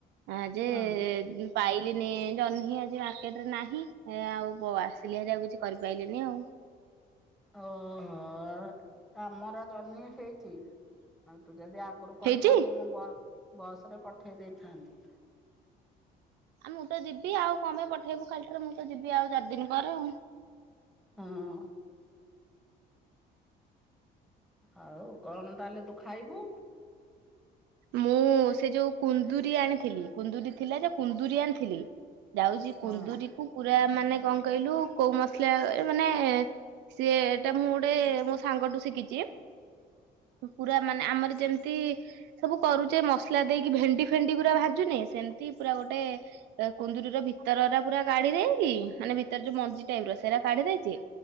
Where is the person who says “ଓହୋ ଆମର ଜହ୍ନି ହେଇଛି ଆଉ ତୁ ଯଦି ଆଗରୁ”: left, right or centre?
Centre